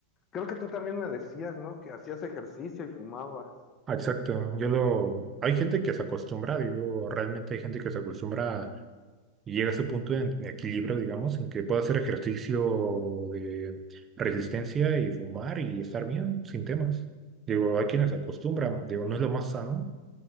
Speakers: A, on the left; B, on the right.
A: Creo que tú también me decías, ¿no? Que hacías ejercicio y fumabas.
B: Ah, Exacto, yo lo... Hay gente que se acostumbra, digo, realmente hay gente que se acostumbra a- y llega a ese punto de de equilibrio, digamos, en que puede hacer ejercicio de resistencia y fumar y estar bien, sin temas. Digo, hay quienes se acostumbran, digo, no es lo más sano,